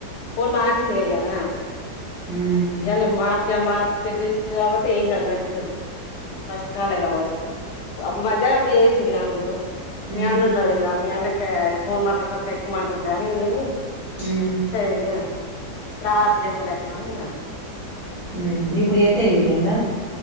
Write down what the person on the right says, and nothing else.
మ్మ్
మ్మ్
మ్మ్
హమ్ ఇప్పుడు చేస్తే వేలిపోయిందా.